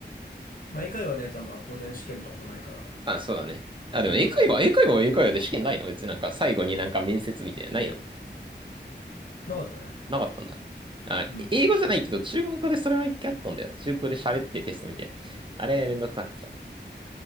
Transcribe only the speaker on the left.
まあ、英会話のやつはまあ当然試験とかもないから、
授業態度。
なかったね。
うん。